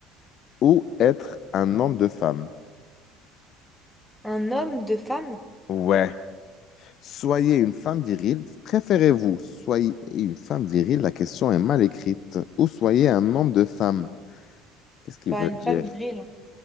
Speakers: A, on the left (about 50°); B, in the centre.
A: ou être un homme de femme?
B: Un homme de femme?
A: Ouais. Soyez une femme virile. Préférez-vous soyez une femme virile? La question est mal écrite. Ou soyez un homme de femme. Qu'est-ce qu'ils
B: Bah,
A: veulent
B: une
A: dire?
B: femme virile. hein.